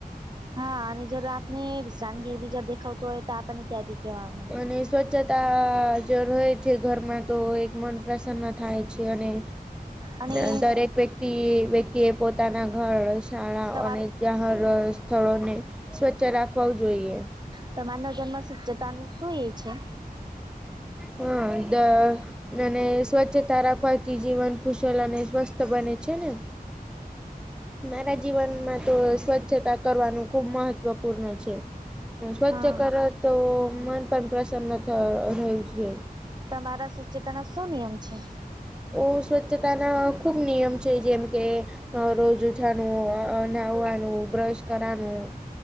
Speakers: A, on the right; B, in the centre.
A: હા અને જરા આપને વિશ્રણગીર બી જ દેખાવતું હોય તો આપણને ત્યાં બી કહેવાનું
B: અને સ્વચ્છતા જો રહે છે ઘરમાં તો એક મન પ્રસન્ન થાય છે અને.
A: અને
B: અ દરેક વ્યક્તિ વ્યક્તિ એ પોતાના ઘર શાળા
A: તમાર
B: અને જ્યા સ્થળોને સ્વચ્છ રાખવા જોઈએ.
A: તમારા ન જનમમાં સ્વચ્છતા ન શું એ છે.
B: હા અને સ્વચ્છતા રાખવાથી જીવન કુશલ અને સ્વસ્થ બને છેને. મારા જીવન એમાં તો સ્વચ્છતા કરવાનું ખુબ મહત્વપૂર્ણ છે સ્વચ્છ
A: હા
B: કર તો મન પણ પ્રસન્ન થ હોય છે.
A: તમારા સ્વચ્છતાના શું નિયમ છે.
B: ઓ સ્વચ્છતાના ખૂબ નિયમ છે, જેમ કે અ રોજ ઉઠાનું નહવવાનું બ્રશ કરવાનું